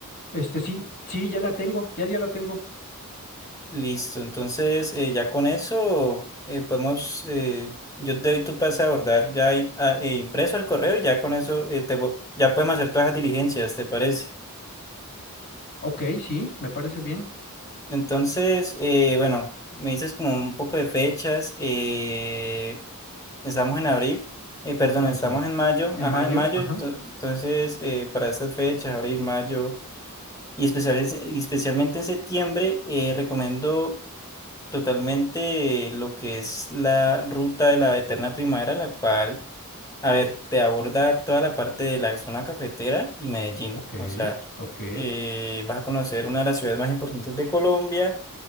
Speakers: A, on the left (about 50°); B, on the left (about 15°).
A: Este sí, sí, ya la tengo, ya, ya la tengo.
B: Listo, entonces eh, ya con eso eh, podemos, eh, yo te doy tu pase a abordar ya ahí, a- eh, impreso el correo y ya con eso eh, te vo- ya podemos hacer todas las diligencias, ¿te parece?
A: Ok, sí, me parece bien.
B: Entonces, eh, bueno, me dices como un poco de fechas, eh, estamos en abril, eh, perdón,
A: Vamos
B: estamos
A: a ver.
B: en mayo,
A: En
B: ajá,
A: mayo,
B: en mayo,
A: ajá.
B: ento- entonces eh, para estas fechas, abril, mayo y, especiales- y especialmente en septiembre, eh, recomiendo... totalmente lo que es la ruta de la eterna primavera, la cual, a ver, te aborda toda la parte de la zona cafetera y Medellín.
A: Ok,
B: O sea,
A: ok.
B: eh, vas a conocer una de las ciudades más importantes de Colombia